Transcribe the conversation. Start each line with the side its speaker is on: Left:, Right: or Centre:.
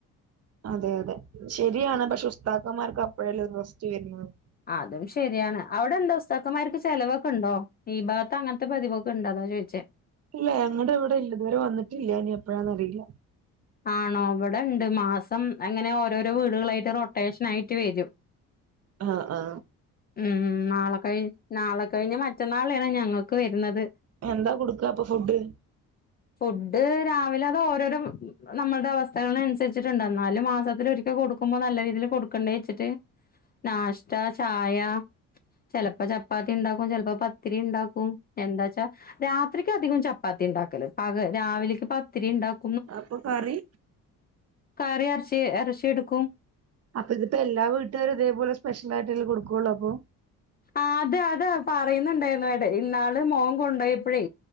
Right: അതെ അതെ ശരിയാണ് പക്ഷെ ഉസ്താക്കന്മാർക്ക് അപ്പഴല്ലെ ഒര് റസ്റ്റ് വര്ന്നത്
Left: അതും ശരിയാണ് അവിടെന്താ ഉസ്താക്കന്മാർക്ക് ചെലവൊക്കെണ്ടോ ഈ ഭാഗത്ത് അങ്ങന് ത്തെ പതിവൊക്കെ ണ്ട് താ ചോയ്ച്ചേ
Right: ഇല്ല ഞങ്ങടെ വടെ ഇല്ല ഇതുവരെ വന്നിട്ടില്ല ഇനി എപ്പഴാന്നറിയില്ല
Left: ആണോ ഇവടെണ്ട് മാസം അങ്ങനെ ഓരോരോ വീടുകളായ്ട്ട് റൊട്ടേഷനായ്ട്ട് വരും
Right: അ ആ
Left: മ് നാളെ കയ്ഞ്ഞാ നാളെ കൈഞ്ഞാ മറ്റന്നാളേണ് ഞങ്ങക്ക് വര്ന്നത്
Right: എന്താ കൊടുക്കാ അപ്പൊ ഫുഡ്
Left: ഫുഡ് രാവിലെ അത് ഓരോരോ നമ്മടെ അവസ്ഥകളൻസര്ച്ച്ട്ടുണ്ട് എന്നാലും മാസത്തിലൊര്ക്കെ കൊട്ക്ക്മ്പൊ നല്ല രീതീല് കൊട്ക്കണ്ടേച്ച്ട്ട് നാഷ്ട ചായ ചെല്പ ചപ്പാത്തി ണ്ടാക്കും ചെല്പ് പത്തിരി ണ്ടാക്കും എന്താച്ചാ രാത്രിക്കധികും ചപ്പാത്തിണ്ടാക്ക് രാവിലേക്ക് പത്തിരി ണ്ടാക്ക്
Right: അപ്പൊ കറി
Left: കറി എറച്ചി എറച്ചിയെടുക്കും
Right: അപ്പൊ ഇതിപ്പൊ എല്ലാ വീട്ടാരും തേപോലെ സ്പെഷ്യലായ്ട്ടല്ലെ കൊടുക്കൊള്ളപ്പൊ
Left: അ അത അത് പറയ്ന്ന്ണ്ടാന്നു ഇന്നാള് മോൻ കൊണ്ടോയപ്പഴേ